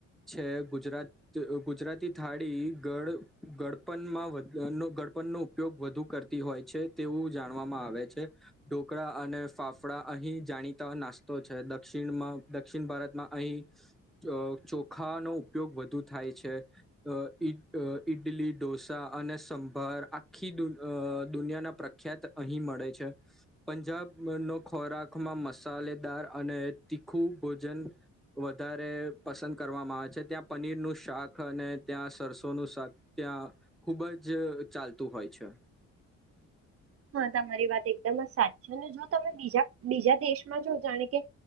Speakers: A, in the centre; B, on the right.
A: છે, ગુજરાત ગુજરાતી થાળી ગળ ગડપનમાં ગડપણનો ઉપયોગ વધુ કરતી હોય છે તેવું જાણવામાં આવે છે. એ ઢોકળા અને ફાફડા અહીં જાણીતા નાસ્તો છે, દક્ષિણમાં દક્ષિણ ભારતમાં અહીં ચો ચોખાનો ઉપયોગ વધુ થાય છે અ ઈ અ ઈડલી, ઢોસા અને સંભાર આખી દુનિયાના પ્રખ્યાત અહીં મળે છે. પંજાબનો ખોરાકમાં મસાલેદાર અને તીખું ભોજન વધારે પસંદ કરવામાં આવે છે, ત્યાં પનીરનું શાક અને ત્યાં સરસોનું શાક ત્યાં ખૂબ જ ચાલતું હોય છે.
B: હા તમારી વાત એકદમ જ સાચ ને જો તમે બીજા બીજા દેશમાં જો જાણે કે